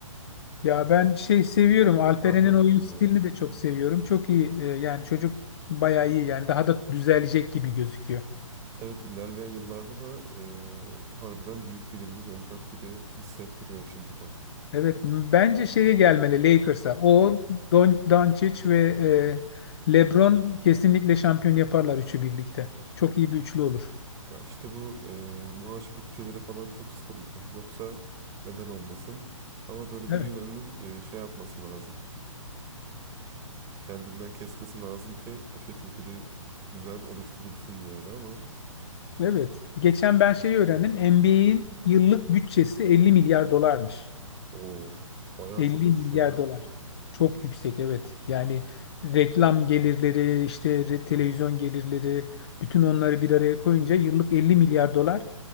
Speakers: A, on the left (about 50°); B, on the right (about 20°).
A: Ya ben şey seviyorum. Alperen'in
B: kahroldum
A: oyun stilini
B: ya.
A: de çok seviyorum. Çok iyi. e, Yani çocuk bayağı iyi. Yani daha da düzelecek gibi gözüküyor.
B: Evet ilerleyen yıllarda da e, harbiden büyük bir yıldız olacak gibi hissettiriyor şimdiden.
A: Evet. m- Bence şeye gelmeli Lakers'a. O, Don, Doncic ve e, LeBron kesinlikle şampiyon yaparlar üçü birlikte. Çok iyi bir üçlü olur.
B: Ya işte bu e, maaş bütçeleri falan çok sıkıntı. Yoksa neden olmasın? Ama böyle
A: Evet.
B: birilerinin e, şey yapması lazım. Kendinden kesmesi lazım ki o şekilde bir düzen oluşturulsun yani ama
A: Evet. Geçen ben
B: e,
A: şeyi öğrendim. NBA'in yıllık bütçesi 50 milyar dolarmış.
B: o bayağı
A: 50
B: çokmuş
A: milyar
B: ya.
A: dolar. Çok yüksek evet. Yani reklam gelirleri, işte re- televizyon gelirleri, bütün onları bir araya koyunca yıllık 50 milyar dolar